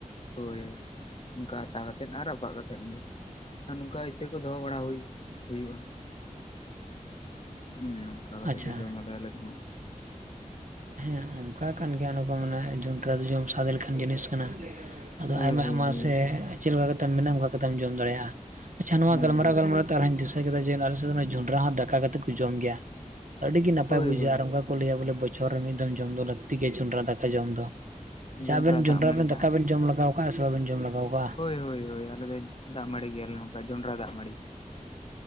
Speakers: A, on the left; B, on the right.
A: ᱦᱳᱭ ᱚᱱᱠᱟ ᱟᱛᱟ ᱠᱟᱛᱮᱫ ᱟᱨ ᱨᱟᱯᱟᱜ ᱠᱟᱛᱮᱫ ᱜᱮ ᱟᱨ ᱱᱚᱝᱠᱟ ᱤᱛᱟᱹ ᱠᱚ ᱫᱚᱦᱚ ᱵᱟᱲᱟ ᱦᱩᱭ ᱦᱩᱭᱩᱜᱼᱟ ᱚᱱᱮ ᱚᱱᱠᱟ ᱠᱟᱛᱮᱜ
B: ᱟᱪᱪᱷᱟ
A: ᱜᱮ ᱡᱚᱢᱟᱞᱮ ᱟᱞᱮ ᱫᱚ
B: ᱦᱮᱸ ᱚᱱᱠᱟ ᱠᱟᱱ ᱜᱮᱭᱟ ᱚᱱᱮ‌ᱠᱚ ᱢᱮᱱᱟ ᱡᱚᱱᱰᱨᱟ ᱫᱚ ᱡᱚᱢ ᱥᱟᱫ ᱞᱮᱠᱷᱟᱱ ᱡᱤᱱᱤᱥ ᱠᱟᱱᱟ
A: ᱦᱳᱭ
B: ᱟᱫᱚ ᱟᱭᱢᱟ
A: ᱦᱳᱭ
B: ᱟᱭᱢᱟ ᱥᱮ ᱪᱮᱫ ᱞᱮᱠᱟ ᱠᱟᱛᱮᱢ ᱢᱮᱱᱟ ᱚᱱᱠᱟ ᱠᱟᱛᱮᱢ ᱡᱚᱢ ᱫᱟᱲᱮᱭᱟᱜᱼᱟ ᱟᱪᱪᱷᱟ ᱱᱚᱣᱟ
A: ᱦᱳᱭ
B: ᱜᱟᱞᱢᱟᱨᱟᱣ ᱜᱟᱞᱢᱟᱨᱟᱣ ᱟᱨᱦᱟᱧ ᱫᱤᱥᱟᱹ ᱠᱮᱫᱟ ᱡᱮ ᱟᱞᱮ ᱥᱮᱫ ᱫᱚ ᱡᱚᱸᱱᱰᱨᱟ ᱦᱚᱸ ᱫᱟᱠᱟ ᱠᱟᱛᱮ ᱠᱚ ᱡᱚᱢ ᱜᱮᱭᱟ ᱟᱹᱰᱤ ᱜᱮ ᱱᱟᱯᱟᱭ
A: ᱦᱳᱭ
B: ᱵᱩᱡᱟᱹᱜᱼᱟ
A: ᱦᱳᱭ
B: ᱟᱨ ᱚᱱᱠᱟ ᱠᱚ ᱞᱟᱹᱭᱟ ᱵᱚᱞᱮ ᱵᱚᱪᱷᱚᱨ ᱨᱮ ᱢᱤᱫ ᱫᱚᱢ ᱡᱚᱢ ᱫᱚ ᱞᱟᱹᱛᱤ ᱜᱮᱭᱟ ᱡᱚᱸᱰᱨᱟ ᱫᱟᱠᱟ ᱡᱚᱢ ᱫᱚ ᱟᱪᱷᱟ
A: ᱡᱚᱱᱰᱨᱟ
B: ᱟᱵᱮᱱ ᱡᱚᱸᱰᱨᱟ
A: ᱫᱟᱜ ᱢᱟᱹᱲᱤ
B: ᱵᱮᱱ ᱫᱟᱠᱟ
A: ᱡᱟᱦᱟᱸ
B: ᱵᱮᱱ ᱡᱚᱢ ᱞᱟᱜᱟᱣ ᱠᱟᱜᱼᱟ ᱥᱮ ᱵᱟᱵᱮᱱ ᱡᱚᱢ ᱞᱮᱟᱜᱟᱣ ᱠᱟᱜᱼᱟ
A: ᱦᱳᱭ ᱦᱳᱭ ᱦᱳᱭ ᱟᱞᱮ ᱫᱚ ᱫᱟᱜᱢᱟᱲᱤ ᱜᱮᱭᱟᱞᱮ ᱱᱚᱝᱠᱟ ᱡᱚᱸᱰᱨᱟ ᱫᱟᱜ ᱢᱟᱹᱱᱰᱤ